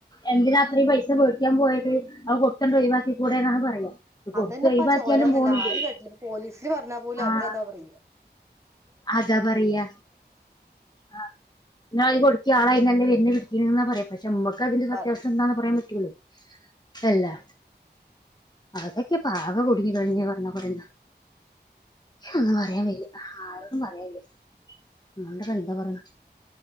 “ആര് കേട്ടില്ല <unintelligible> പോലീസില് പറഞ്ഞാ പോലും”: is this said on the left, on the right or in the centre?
Right